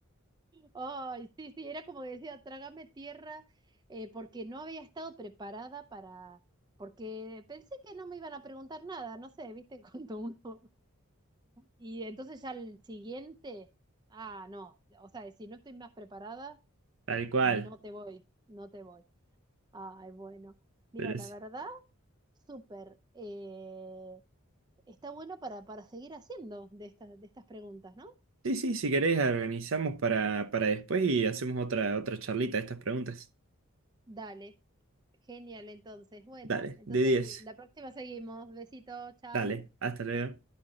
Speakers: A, on the right; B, on the right.
A: Ay, sí, sí, era como que decía, trágame tierra, eh, porque no había estado preparada para, porque pensé que no me iban a preguntar nada, no sé, viste, <laughs> cuando uno, y entonces ya el siguiente, ah, no, o sea, si no estoy más preparada,
B: Tal cual.
A: no te voy, no te voy. Ay, bueno, mira,
B: Pero
A: la
B: sí,
A: verdad, súper, eh, está bueno para, para seguir haciendo de estas, de estas preguntas, ¿no?
B: sí, sí, si querés, organizamos para, para después y hacemos otra, otra charlita de estas preguntas.
A: Dale. Genial, entonces. Bueno,
B: Dale,
A: entonces
B: de 10.
A: la próxima seguimos. Besito, chau.
B: Dale, hasta luego.